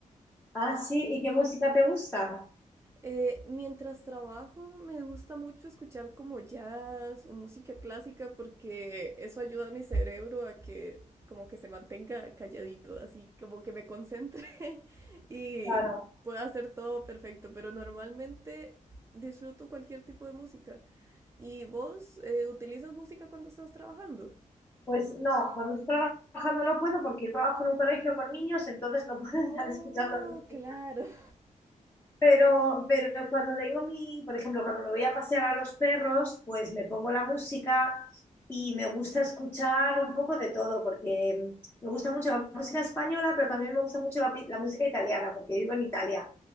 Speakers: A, on the left; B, on the right.
A: Ah, sí, ¿y qué música te gusta?
B: Eh, mientras trabajo me gusta mucho escuchar como jazz o música clásica porque eso ayuda a mi cerebro a que como que se mantenga calladito, así como que me concentre <laughs> y
A: Claro,
B: pueda hacer todo perfecto, pero normalmente disfruto cualquier tipo de música. ¿Y vos eh, utilizas música cuando estás trabajando?
A: pues no, cuando estoy trabajando no puedo porque yo trabajo en un colegio con niños, entonces no puedo <laughs> estar
B: Oh,
A: escuchando música.
B: claro. <laughs>
A: Pero, pero cuando tengo mi, por ejemplo, cuando me voy a pasear a los perros, pues me pongo la música y me gusta escuchar un poco de todo, porque me gusta mucho la música española, pero también me gusta mucho la, pi- la música italiana, porque vivo en Italia.